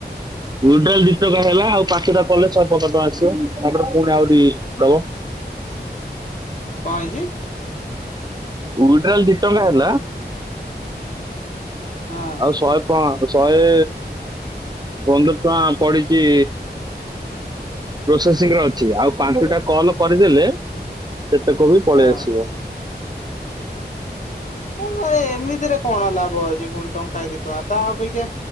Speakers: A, on the right (about 25°); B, on the left (about 45°).
A: ଉଇଡ୍ରାଲ୍ ଦି ଟଙ୍କା ହେଲା ଆଉ ପାଞ୍ଚଟା କଲେ ଶହେ ପନ୍ଦର ଟଙ୍କା ଆସିବ, ତାପରେ ପୁଣି ଆହୁରି ଦବ।
B: କଣ ହେଇଛି?
A: ୱିଡ୍ରାଲ୍ ଦି ଟଙ୍କା ହେଲା
B: <inaudible> ହଁ।
A: ଆଉ ଶହେ କଣ, ଶହେ ପନ୍ଦର ଟଙ୍କା ପଡିଛି। ପ୍ରୋସେସିଂ ରେ ଅଛି। ଆଉ ପାଞ୍ଚଟା କଲ୍ କରିଦେଲେ, ସେତକ ବି ପଳେଇ
B: ହଁ।
A: ଆସିବ।
B: ନା ନାଇଁ ଏମିତିରେ କଣ ଲାଭ ଅଛି ଫୁଣି, ଟଙ୍କାଏ ଦି ଟଙ୍କା ତା ଅପେକ୍ଷା